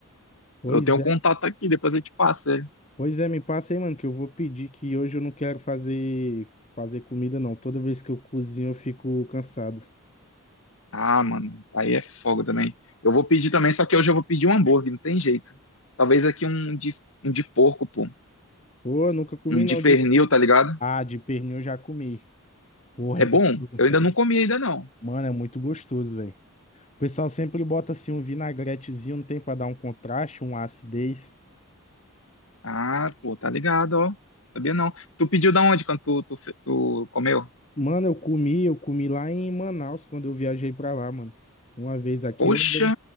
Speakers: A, on the left; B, on the left.
A: Pois
B: Eu tenho
A: é,
B: um contato aqui, depois eu te passo ele.
A: pois é, me passa aí, mano, que eu vou pedir que hoje eu não quero fazer fazer comida não. Toda vez que eu cozinho eu fico cansado.
B: Ah, mano, aí é fogo também. Eu vou pedir também, só que hoje eu vou pedir um hambúrguer, não tem jeito. Talvez aqui um de, um de porco, pô.
A: Pô, eu nunca comi
B: Um de
A: não
B: pernil,
A: de
B: tá ligado?
A: Ah, de pernil eu já comi. Porra,
B: É
A: é
B: bom?
A: gostoso.
B: Eu ainda
A: É,
B: não comi ainda não.
A: mano, é muito gostoso, velho. O pessoal sempre bota assim um vinagretezinho, não tem pra dar um contraste, uma acidez.
B: Ah, pô, tá ligado, ó. Sabia não. Tu pediu da onde quando tu, tu, fe- tu comeu?
A: Mano, eu comi, eu comi lá em Manaus quando eu viajei pra lá, mano. Uma vez aqui
B: Poxa,
A: eu ainda,